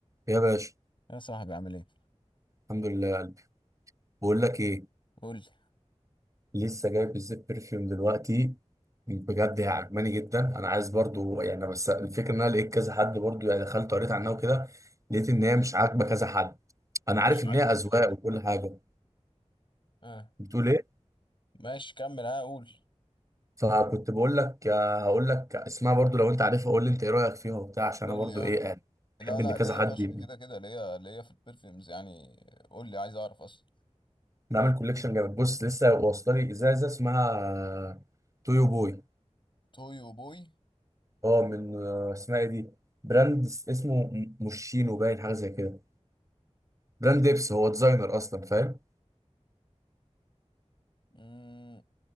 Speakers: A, on the right; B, on the left.
A: يا باشا
B: يا صاحبي عامل ايه
A: الحمد لله يا قلبي بقول لك ايه
B: قول لي
A: لسه جايب الزيت برفيوم دلوقتي بجد هي عجباني جدا انا عايز برضو يعني بس الفكره ان انا لقيت كذا حد برضو يعني دخلت قريت عنها وكده لقيت ان هي مش عاجبه كذا حد انا
B: مش
A: عارف ان
B: عاجبك
A: هي اذواق
B: يا صاحبي
A: وكل حاجه
B: اه
A: بتقول ايه
B: ماشي كمل اه قول
A: فكنت بقول لك آه، هقول لك اسمها برضو لو انت عارفها قول لي انت ايه رايك فيها وبتاع عشان
B: قول
A: انا برضو
B: لي اه
A: ايه يعني بحب
B: لا
A: ان
B: لا
A: كذا
B: ليا
A: حد
B: فشخ
A: يبني.
B: كده كده ليا ليا في البرفيومز يعني قول لي عايز اعرف اصلا
A: نعمل كوليكشن جامد بص لسه واصله لي ازازه اسمها آه، تويو بوي
B: توي وبوي
A: اه من آه، اسمها ايه دي براند اس- اسمه م- موشينو باين حاجه زي كده براند ديبس هو ديزاينر اصلا فاهم
B: مم.